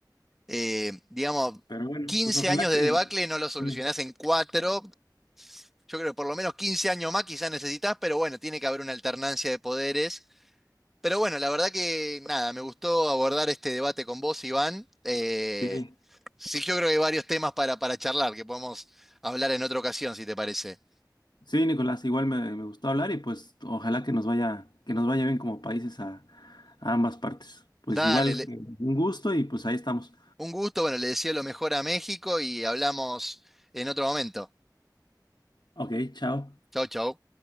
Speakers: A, in the centre; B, on the left.
A: Eh, digamos,
B: Pero bueno,
A: 15
B: pues ojalá
A: años
B: que...
A: de debacle no lo solucionás
B: Sí,
A: en cuatro yo creo que por lo menos 15 años más quizás necesitas, pero bueno, tiene que haber una alternancia de poderes. Pero bueno, la verdad que nada, me gustó abordar este debate con vos, Iván. Eh,
B: sí,
A: sí, yo creo que hay varios temas para, para charlar que podemos hablar en otra ocasión, si te parece.
B: Sí, Nicolás, igual me, me gustó hablar y pues ojalá que nos vaya, que nos vaya bien como países a, a ambas partes. Pues
A: Dale,
B: igual,
A: le-
B: eh, un gusto y pues ahí estamos.
A: Un gusto, bueno, le deseo lo mejor a México y hablamos en otro momento.
B: Ok, chao.
A: Chau, chau.